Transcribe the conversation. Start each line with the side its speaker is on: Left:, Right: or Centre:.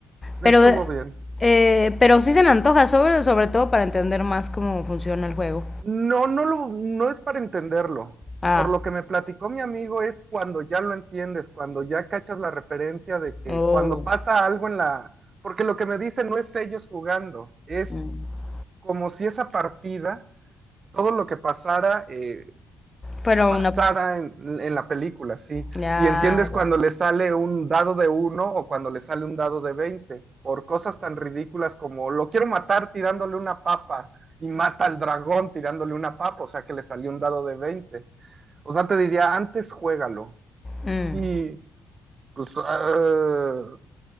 Right: Estuvo
Left: pero,
Right: bien.
Left: eh, pero sí se me antoja, sobre, sobre todo para entender más cómo funciona el juego.
Right: No, no lo, no es para entenderlo.
Left: Ah,
Right: Por lo que me platicó mi amigo es cuando ya lo entiendes, cuando ya cachas la referencia de que
Left: oh,
Right: cuando pasa algo en la... Porque lo que me dicen no es ellos jugando, es
Left: mm.
Right: como si esa partida, todo lo que pasara, eh,
Left: fueron
Right: pasada
Left: una...
Right: en, en la película, sí.
Left: Ya,
Right: Y entiendes cuando
Left: ya.
Right: le sale un dado de uno o cuando le sale un dado de 20 por cosas tan ridículas como lo quiero matar tirándole una papa y mata al dragón tirándole una papa, o sea que le salió un dado de veinte O sea, te diría, antes juégalo
Left: Mm,
Right: y pues ah,